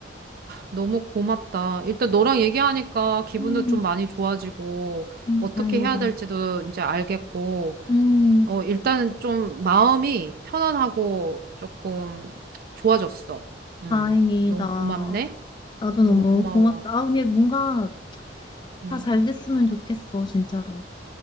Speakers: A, on the right; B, on the left.
A: 너무 고맙다. 일단 너랑 얘기하니까 기분도
B: 음,
A: 좀 많이 좋아지고
B: 음,
A: 어떻게
B: 다행이다.
A: 해야 될지도 이제 알겠고
B: 음,
A: 어, 일단은 좀 마음이 편안하고 조금 좋아졌어. 음
B: 다행이다.
A: 너무 고맙네.
B: 나도 너무
A: 너무 고마워.
B: 고맙다. 아, 근데 뭔가
A: 음
B: 다 잘 됐으면 좋겠어, 진짜로.